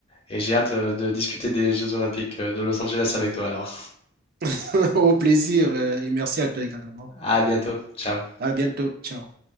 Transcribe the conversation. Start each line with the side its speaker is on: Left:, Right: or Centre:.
Left: Et j'ai hâte euh, de discuter des Jeux Olympiques euh, de Los Angeles avec toi alors.
Right: <laughs> Au plaisir euh, et merci à toi également.
Left: À bientôt. Ciao.
Right: À bientôt. Ciao.